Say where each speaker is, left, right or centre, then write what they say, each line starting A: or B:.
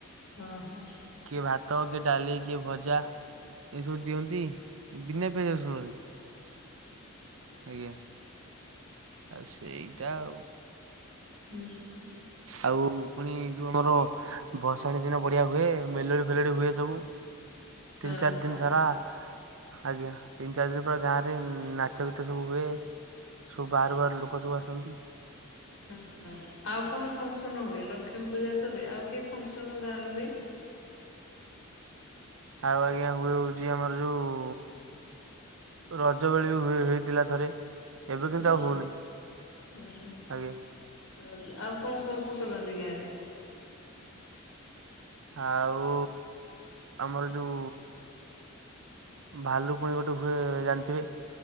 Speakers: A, on the left (about 70°); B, on the right (about 65°).
A: ହଁ ହଁ।
B: କିଏ ଭାତ, କିଏ ଡାଲି, କିଏ ଭଜା। ଏସବୁ ଦିଅନ୍ତି ବିନା ପେଆଜଶୁଣରେ ଆଜ୍ଞା। ଆଉ ସେଇଟା ଆଉ।
A: ହୁଁ।
B: ଆଉ ପୁଣି ଯୋଉ ଆମର ଭସାଣି ଦିନ ବଢିଆ ହୁଏ ମେଲୋଡି ଫେଲୋଡି ହୁଏ ସବୁ। ତିନି
A: ଓହୋ।
B: ଚାରି ଦିନ ସାରା। ଆଜ୍ଞା ତିନି ଚାରି ଦିନ ପରେ ଗାଁରେ ନାଚ ଗୀତ ସବୁ ହୁଏ। ସବୁ ବାହରୁ ବାହାରୁ ଲୋକ ସବୁ ଆସନ୍ତି।
A: ହ ହ ଆଉ କଣ ଫଙ୍କସନ ହୁଏ ଲକ୍ଷ୍ମୀ ପୂଜା ତ ହୁଏ ଆଉ କିଏ ଫଙ୍କସନ ଗାଁରେ ହୁଏ?
B: ଆଉ ଆଜ୍ଞା ହୁଏ ହଉଚି ଆମର ଯୋଉ ରଜ ବେଳି ବି ହେଇଥିଲା ଥରେ ଏବେ
A: ହୁଁ
B: କିନ୍ତୁ ଆଉ ହଉନି।
A: ହୁଁ ହୁଁ
B: ଆଜ୍ଞା
A: ରଜ ଆଉ କଣ ପର୍ବ କରନ୍ତି ଗାଁରେ?
B: ଆଉ ଆମର ଯୋଉ ଭାଲୁକୁଣି ଗୋଟେ ହୁଏ ଜାଣିଥିବେ।